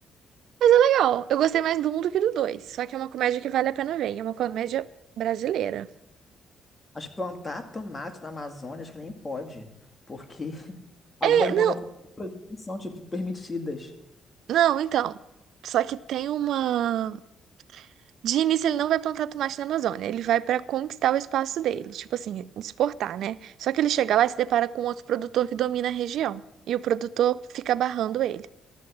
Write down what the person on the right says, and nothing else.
Legal, eu gostei mais do um do que do dois, só que é uma comédia que vale a pena ver, e é uma comédia brasileira.
É, não,
não, então. Só que tem uma. De início, ele não vai plantar tomate na Amazônia, ele vai pra conquistar o espaço dele, tipo assim, exportar, né? Só que ele chega lá e se depara com outro produtor que domina a região, e o produtor fica barrando ele.